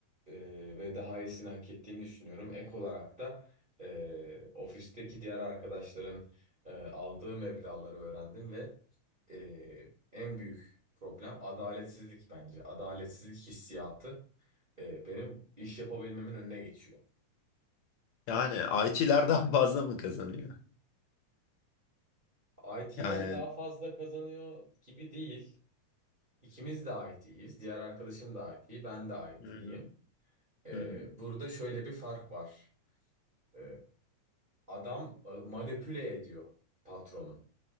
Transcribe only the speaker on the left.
Yani IT'ler <laughs> daha fazla mı kazanıyor?
Yani
Hı hı,
hı hı.